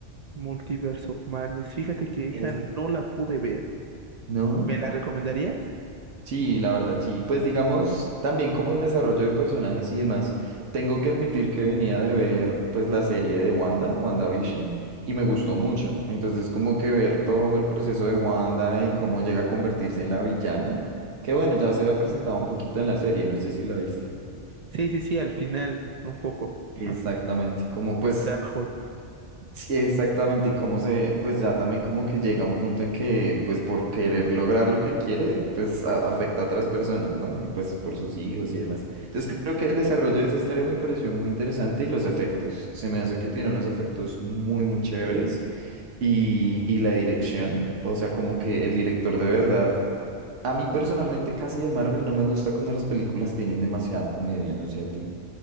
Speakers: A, on the right; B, on the right.
A: Multiverse of Madness. Fíjate que esa
B: Esta.
A: no la pude ver.
B: ¿No?
A: ¿Me la recomendarías?
B: Sí, la verdad, sí. Pues digamos, también como el desarrollo de personajes y demás, tengo que admitir que venía de ver pues la serie de Wanda, WandaVision, y me gustó mucho. Entonces como que ver todo el proceso de Wanda y cómo llega a convertirse en la villana, que bueno, ya se había presentado un poquito en la serie, no sé si la viste.
A: Sí, sí, sí, al final, un poco.
B: Exactamente,
A: Ajá,
B: como
A: del
B: pues
A: Darkhold.
B: Sí, exactamente, y cómo se, pues ya también como que llega un punto en que, pues por querer lograr lo que quiere, pues a- afecta a otras personas, ¿no? Y pues por sus hijos y demás. Entonces creo que el desarrollo de esa historia me pareció muy interesante y los efectos, se me hace que tiene unos efectos muy, muy chéveres y, y la dirección, o sea, como que el director de verdad, a mí personalmente casi de Marvel no me gusta cuando las películas tienen demasiada comedia, no sé a ti.